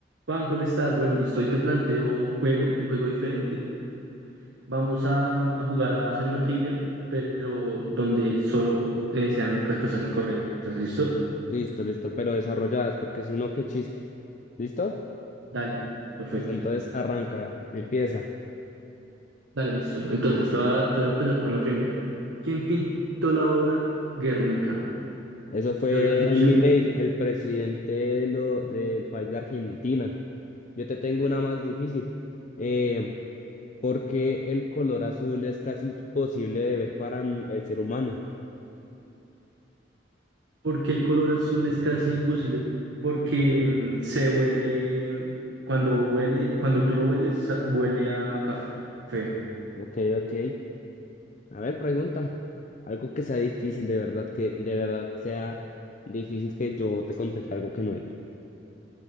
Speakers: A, on the right (about 85°); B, on the left (about 40°).
A: Juan, ¿cómo estás? Bueno, listo, hoy te planteo un juego, un juego diferente. Vamos a, a jugar a hacer una trivia, pero donde solo eh, sean respuestas incorrectas, ¿listo?
B: Listo, listo, pero desarrolladas, porque si no, qué chiste. ¿Listo?
A: Dale, perfecto.
B: Listo, entonces arranca, empieza.
A: Dale, listo. Entonces, te voy a, te voy a empezar con la primera. ¿Quién pintó la obra Guernica?
B: Eso fue
A: Te doy las opciones.
B: Milei, el presidente de lo, del país de Argentina. Yo te tengo una más difícil. Eh, ¿por qué el color azul es casi imposible de ver para n- el ser humano?
A: Porque el color azul es casi imposible, porque mm, se huele, cuando huele, cuando tú lo hueles, sa- huele a café.
B: Ok, ok. A ver, pregunta. Algo que sea difícil, de verdad, que de verdad sea difícil que yo te conteste algo que no es.